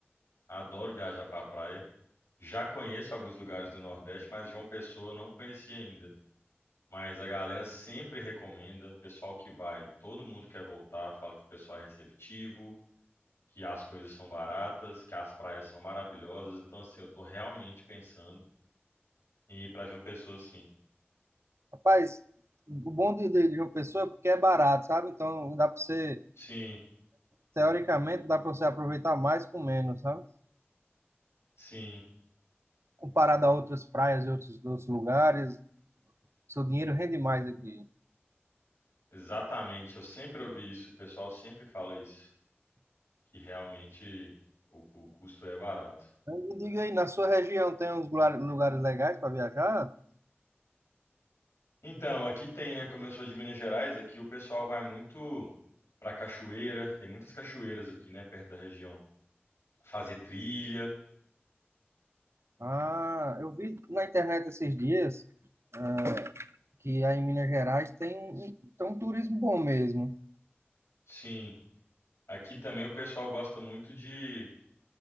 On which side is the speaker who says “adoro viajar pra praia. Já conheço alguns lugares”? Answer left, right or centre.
Left